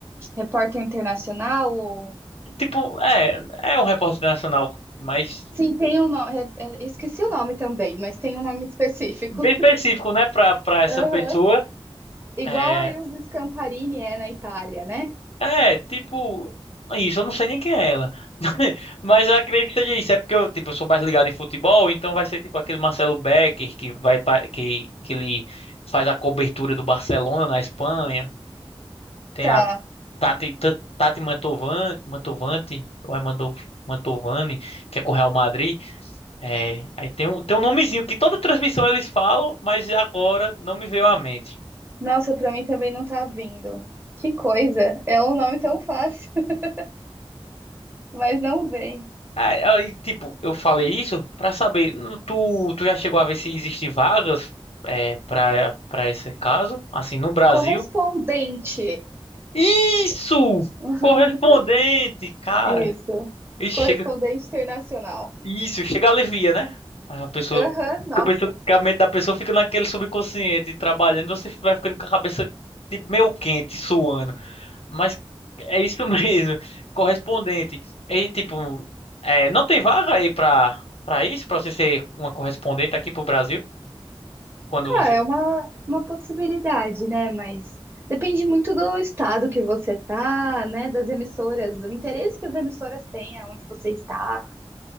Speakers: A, on the right; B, on the left.
A: repórter internacional. o-
B: tipo, é, é um repórter nacional, mas
A: Sim, tem um nome. é- é- Esqueci o nome também, mas tem um nome específico.
B: bem específico, né, pra para essa
A: Aham.
B: pessoa.
A: Igual
B: É,
A: aí os Scamparini é na Itália, né?
B: É, tipo, isso, eu não sei nem quem é ela. <laughs> Mas eu acredito que seja isso. É porque eu, tipo, eu sou mais ligado em futebol, então vai ser tipo aquele Marcelo Becker que vai pa- que que ele faz a cobertura do Barcelona na Espanha. Tem
A: Tá.
B: a Tati Ta- Tati Mantovani, Mantovani, ou é Mando- Mantovani, que é com o Real Madrid. É, aí tem um tem um nomezinho que toda transmissão eles falam, mas agora não me veio à mente.
A: Nossa, pra mim também não tá vindo. Que coisa! É um nome tão fácil, <laughs> mas não vem.
B: Aí, aí, tipo, eu falei isso pra saber, hum, tu, tu já chegou a ver se existem vagas é, para para esse caso, assim, no Brasil?
A: Correspondente.
B: Isso!
A: <laughs>
B: Correspondente, cara.
A: Isso.
B: E
A: Correspondente
B: chega,
A: internacional.
B: isso, chega alivia, né? A pessoa,
A: Aham,
B: fica
A: nossa.
B: pensando que a mente da pessoa fica naquele subconsciente trabalhando, você vai ficando com a cabeça tipo meio quente, suando. Mas é isso mesmo. <laughs> Correspondente. E tipo, é, não tem vaga aí pra, pra isso? Pra você ser uma correspondente aqui pro Brasil? Quando você.
A: Ah, é uma, uma possibilidade, né? Mas depende muito do estado que você tá, né? Das emissoras, do interesse que as emissoras têm aonde você está.